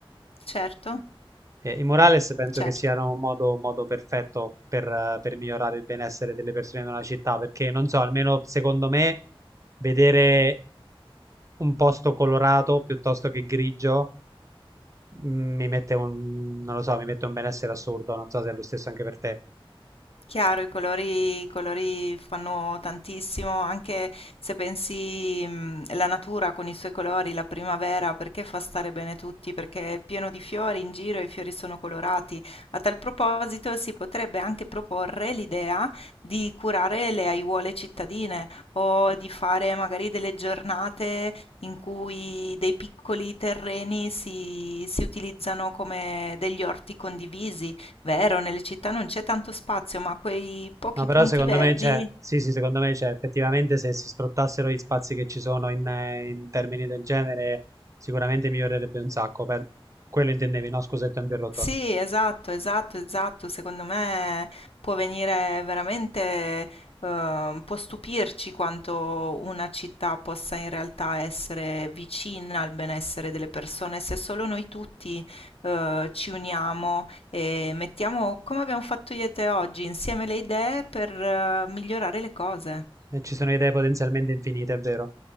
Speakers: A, on the left; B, on the right.
A: Certo,
B: Eh, I Morales penso
A: certo.
B: che siano un modo, un modo perfetto per, eh, per migliorare il benessere delle persone in una città, perché non so, almeno secondo me, vedere un posto colorato piuttosto che grigio mm, mi mette un, non lo so, mi mette un benessere assurdo, non so se è lo stesso anche per te.
A: Chiaro, i colori, i colori fanno tantissimo, anche se pensi mh, la natura con i suoi colori, la primavera, perché fa stare bene tutti, perché è pieno di fiori in giro e i fiori sono colorati. A tal proposito si potrebbe anche proporre l'idea di curare le aiuole cittadine o di fare magari delle giornate in cui dei piccoli terreni si, si utilizzano come degli orti condivisi Vero, nelle città non c'è tanto spazio, ma quei pochi
B: No, però
A: punti
B: secondo
A: verdi.
B: me c'è, sì, sì, secondo me c'è, effettivamente se si sfruttassero gli spazi che ci sono in, eh, in termini del genere, sicuramente migliorerebbe un sacco. Per... Quello intendevi, no? Scusa, ti ho interrotto.
A: Sì, esatto, esatto, esatto. Secondo me può venire veramente, eh, può stupirci quanto una città possa in realtà essere vicina al benessere delle persone se solo noi tutti, eh, ci uniamo e mettiamo, come abbiamo fatto io e te oggi, insieme le idee per, eh, migliorare le cose.
B: Eh, ci sono idee potenzialmente infinite, è vero.